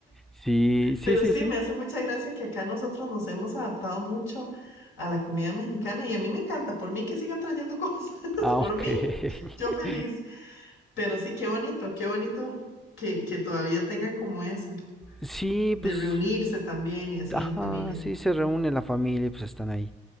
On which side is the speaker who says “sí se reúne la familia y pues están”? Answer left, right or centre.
Centre